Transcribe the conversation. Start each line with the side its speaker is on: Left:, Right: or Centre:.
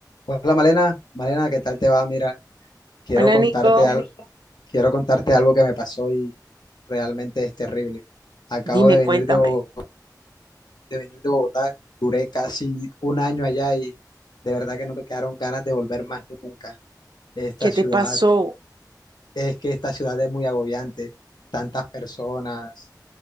Left: Hola Malena, Malena, ¿qué tal te va? Mira, quiero
Right: Hola
Left: contarte
Right: Nico,
Left: algo, Nico. quiero contarte algo que me pasó y realmente es terrible. Acabo
Right: dime,
Left: de
Right: cuéntame,
Left: venir de Bogotá, de venir de Bogotá, duré casi un año allá y de verdad que no me quedaron ganas de volver más nunca. Esta
Right: ¿qué
Left: ciudad,
Right: te pasó?
Left: es que esta ciudad es muy agobiante, tantas personas,